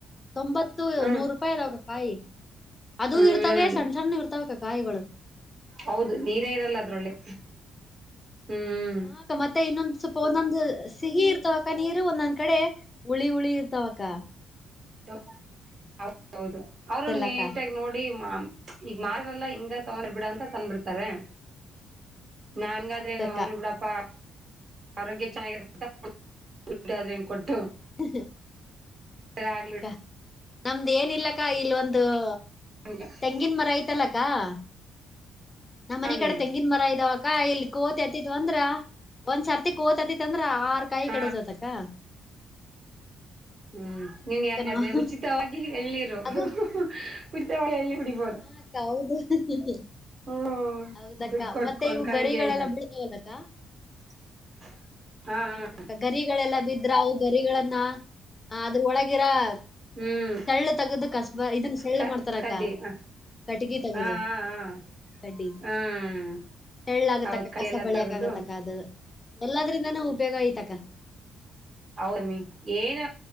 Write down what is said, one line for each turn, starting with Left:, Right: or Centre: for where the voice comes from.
Left: ತೊಂಬತ್ತು
Right: ಹ್ಮ್
Left: ನೂರು <inaudible> ರೂಪಾಯಿ ಅದಾವ ಕಾಯಿ ಅದು
Right: ಹ್ಮ್
Left: ಇರ್ತವೆ ಸಣ್ಣ ಸಣ್ಣ ಇರ್ತಾವ ಅಕ್ಕ ಕಾಯಿಗಳು <inaudible>
Right: ಹೌದು ನೀರೇ ಇರಲ್ಲ ಅದರಲ್ಲಿ ಹೂ <inaudible>
Left: ಹ ಅಕ್ಕ ಮತ್ತೆ ಇನ್ನೊಂದ್ ಸ್ವಲ್ಪ ಹೋದಂಗ <inaudible> ಸಿಹಿ ಇರ್ತವ ಅಕ್ಕ ನೀರು ಒಂದೊಂದ್ ಕಡೆ ಹುಳಿ ಹುಳಿ ಇರ್ತವ ಅಕ್ಕ. <inaudible>
Right: ತೋ ಹೌದ ಹೌದು ಅವರು
Left: ಹೌದಲ್ಲಕ್ಕ
Right: ನೀಟಾಗಿ ನೋಡಿ ಮಾ <inaudible> ಈಗ ಮಾರರೆಲ್ಲ ಇಂಗ ತಗೊಂಡ್ರ ಬಿಡ ಅಂತ ತಂದ ಬಿಡ್ತಾರೆ. <inaudible> ನನ್ನಗ
Left: ಹೌದಕ್ಕ
Right: ಆದರೆ ಏನು ಹೋಗಲಿ ಬಿಡಪ್ಪಾ. <inaudible> ಆರೋಗ್ಯ ಚೆನ್ನಾಗಿರುತ್ತೆ ತುಟ್ಟಿ ಆದರ ಏನ್ ಕೊಡ <inaudible>
Left: ಹ
Right: ಆಗ್ಲಿ
Left: ಅಕ್ಕಾ
Right: ಬಿಡು
Left: ನಮ್ದ ಏನಿಲ್ಲ ಅಕ್ಕಾ ಇಲ್ಲ ಒಂದು <inaudible>
Right: ಹಂಗ <inaudible>
Left: ತೆಂಗಿನ ಮರ ಐತಲ್ಲ ಅಕ್ಕಾ? <inaudible> ನಮ್ಮ
Right: ಸ್ವಾಮಿ
Left: ಮನೆ ಕಡೆ ತೆಂಗಿನ ಮರ ಇದಾವ ಅಕ್ಕಾ ಇಲ್ಲಿ ಕೋತಿ ಹತ್ತಿದ್ ಅಂದ್ರ ಒಂದ್ಸರ್ತಿ ಕೋತ ಹತ್ತಿದ್ <inaudible> ಹತ್ತಿತಂದರ ಆರ್ ಕಾಯಿ
Right: ಹಾ
Left: ಕೆಡೋತದ ಅಕ್ಕಾ. <inaudible>
Right: ಹೂ ನಿಮ್ಗೆ ಹೆಂಗಾದ್ರೆ
Left: ನಾವು
Right: ಉಚಿತವಾಗಿ ಎಳ್ನೀರ್ ಉಚಿತವಾಗಿ
Left: ಅದು
Right: ಎಳ್ನೀರು ಕುಡಿಬೋದು. <inaudible> <unintelligible>
Left: ಹ ಅಕ್ಕ ಹೌದು? <inaudible> <unintelligible>
Right: ಹೂ
Left: ಹೌದಕ್ಕ
Right: ದುಡ್ಡು ಕೊಟ್ಟ
Left: ಮತ್ತೆ
Right: ಕೊಂಡ
Left: ಇವು
Right: ಕೊಂಡಂಗೆ
Left: ಗರಿಗಳೆಲ್ಲ
Right: ಹೇಳ್ತಾರೆ.
Left: ಬೀಳ್ತಾವಲ್ಲಕ್ಕ
Right: <inaudible> ಹಾ ಹ
Left: ಹೌದಕ್ಕ
Right: <inaudible>
Left: ಗರಿಗಳೆಲ್ಲ ಬಿದ್ರ ಅವ ಗರಿಗಳನ್ನ ಅದ್ರ ಒಳಗಿರ <inaudible>
Right: ಹ್ಮ್
Left: ತೇಳ್ಳ ತಗದ ಕಸ್ಬ ಇದನ್ನ ಸಳ್ಳ
Right: ಕ
Left: ಮಾಡ್ತಾರ
Right: ಕಡ್ಡಿ
Left: ಅಕ್ಕಾ
Right: ಹ
Left: ಕಟ್ಟಿಗಿ ತಗದ.
Right: ಹಾ
Left: <inaudible>
Right: ಹಾ
Left: ಡಿ
Right: ಹಾ ಹ್ಮ್
Left: ಸೇಳ್ಳ ಆಗುತ್ತ
Right: ಹೌದ್
Left: ಅಕ್ಕಾ
Right: ಕೈ
Left: ಕಸ
Right: ಎಲ್ಲ
Left: ಬಳಿಯಕ
Right: ತಗದು
Left: ಆಗುತ್ತ ಅಕ್ಕಾ ಅದು. <inaudible> ಎಲ್ಲದ್ರಿಂದ ನಾ ಉಪಯೋಗ ಐತ ಅಕ್ಕಾ. <inaudible>
Right: <inaudible> ಅವ ನಿಂಗ ಏನ್